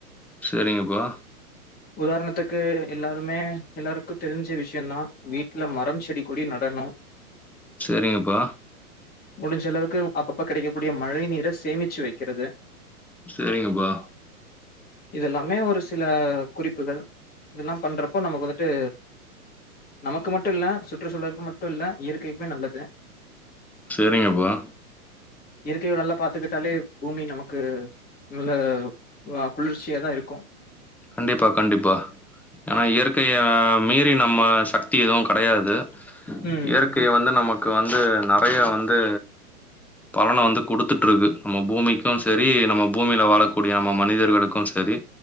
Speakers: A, in the centre; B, on the left (about 20°).
A: சேரிங்கப்பா
B: உதாரணத்துக்கு எல்லாருமே எல்லாருக்கு தெரிஞ்ச விஷ்யோதா வீட்ல மரம் செடி கொடி நடனு
A: செரிங்கப்பா
B: முடிஞ்சலளவுக்கு அப்பப்ப கிடக்கக்கூடிய மழை நீர சேமிச்சு வெக்கிறது
A: செரிங்கப்பா
B: இதெல்லாமே ஒரு சில குறிப்புகள் இதெல்லா பண்றப்போ நமக்கு வந்துட்டு நமக்கு மட்டும் இல்ல சுற்றுச்சூழலுக்கு மட்டும் இல்ல இயற்கைக்குமே நல்லது
A: செரிங்கப்பா
B: இயற்கயோ நல்லா பாத்துக்கிட்டாலே பூமி நமக்கு நல்ல ஆ குளிர்ச்சியா தா இருக்கு
A: கண்டிப்பா கண்டிப்பா ஏன்னா இயற்கய மீறி நம்ம சக்தி எதுவு கடயாது
B: ம்,
A: இயற்கையை வந்து நமக்கு வந்து நறைய வந்து பலன வந்து குடுத்துட்டுருக்கு நம்ம பூமிக்கும் செரி நம்ம பூமியில வாழக்கூடிய நம்ம மனிதர்களுக்கு செரி